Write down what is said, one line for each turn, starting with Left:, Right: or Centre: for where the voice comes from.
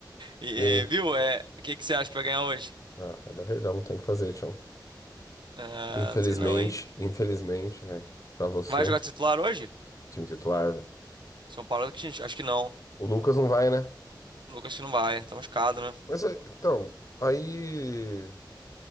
Right: E,
Left: E aí?
Right: e, viu? É, o que que você acha que vai ganhar hoje?
Left: Ah, é da Verdão, tem que fazer, Tião.
Right: Ah,
Left: Infelizmente,
Right: não sei não, hein?
Left: infelizmente, velho, pra você,
Right: Vai jogar titular hoje?
Left: time titular, velho.
Right: São Paulo, acho que acho que não.
Left: O Lucas não vai, né?
Right: Lucas que não vai. Tá machucado, né?
Left: Mas, é, então, aí,